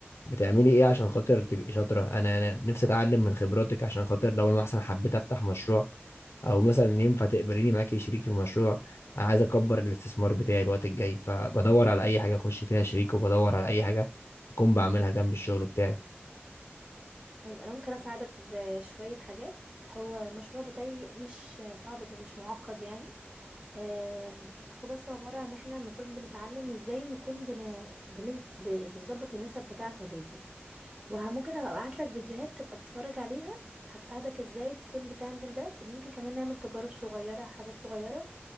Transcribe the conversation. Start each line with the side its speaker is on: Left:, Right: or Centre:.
Left: بتعملي ايه عشان خاطر تبقي شاطرة انا أنا نفسي اتعلم من خبراتك عشان خاطر لو انا مثلا حبيت افتح مشروع او مثلا ينفع تقبليني معاكي شريك في مشروع انا عايز اكبر الاستثمار بتاعي الوقت الجاي فبدور على اي حاجة اخش فيها شريك وبدور على اي حاجة اكون بعملها جنب الشغل بتاعي
Right: طيب انا ممكن اساعدك بشوية حاجات هو المشروع بتاعي مش صعب جدا مش معقد يعني آم، هو بس عبارة عن ان احنا المفروض بنتعلم ازاي نكون بن... بنز... ب- بنظبط النسب بتاعة الريزن وممكن ابقى ابعت لك فيديوهات تبقى تتفرج عليها هتساعدك ازاي تكون بتعمل ده وممكن كمان نعمل تجارب صغيرة حاجات صغيرة